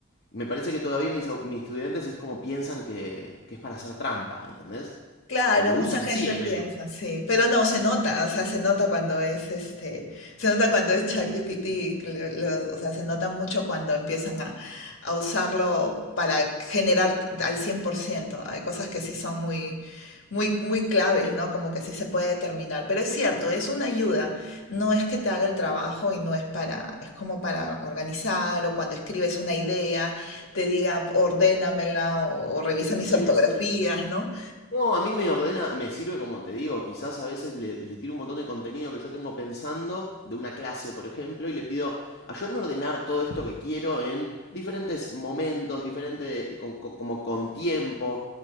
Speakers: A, on the left (about 50°); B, on the left (about 70°).
A: me parece que todavía mis, au- mis estudiantes es como piensan que, que es para hacer trampa, ¿entendés?
B: Claro,
A: O lo usan
B: mucha gente
A: así al
B: piensa,
A: menos.
B: sí, pero no, se nota, o sea, se nota cuando es este, se nota cuando es ChatGPT, lo- lo- o sea, se nota mucho cuando empiezan a, a usarlo para generar al 100%. Hay cosas que sí son muy, muy, muy claves, ¿no? Como que sí se puede determinar, pero es cierto, es una ayuda, no es que te haga el trabajo y no es para, es como para organizar o cuando escribes una idea, te diga, ordénamela o, o revisa mis ortografías,
A: Sí, sí.
B: ¿no?
A: No, a mí me ordena, me sirve como te digo, quizás a veces le, le tiro un montón de contenido que yo tengo pensando de una clase, por ejemplo, y le pido, ayúdame a ordenar todo esto que quiero en diferentes momentos, diferente, con- con- como con tiempo.